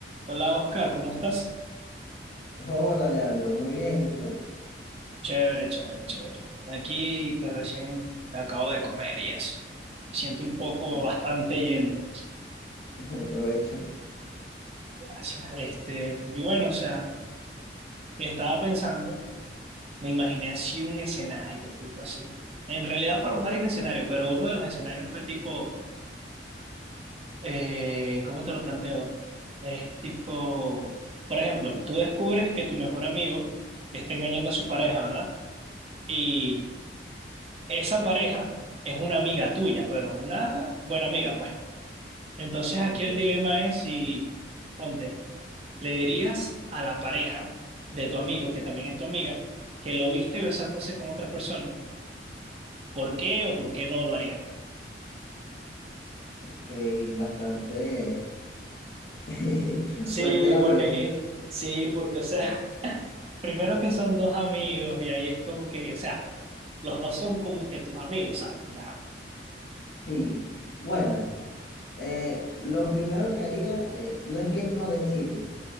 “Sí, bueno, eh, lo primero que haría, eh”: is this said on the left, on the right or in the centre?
Left